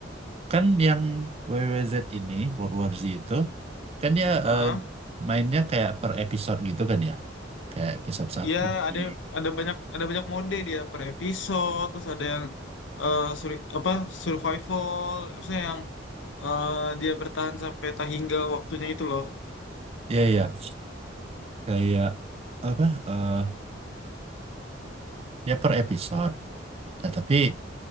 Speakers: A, on the right; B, on the left.
A: kan yang W W Z ini, World War Z itu, kan dia
B: ah
A: eh, mainnya kayak per episode gitu kan ya. Kayak episode satu
B: Ya ada
A: di
B: ada banyak ada banyak mode dia per episode terus ada yang eh, suri- apa survival maksudnya yang eh, dia bertahan sampai tak hingga waktunya itu loh.
A: Iya, iya. Kayak apa? eh ya per episode. Nah, tapi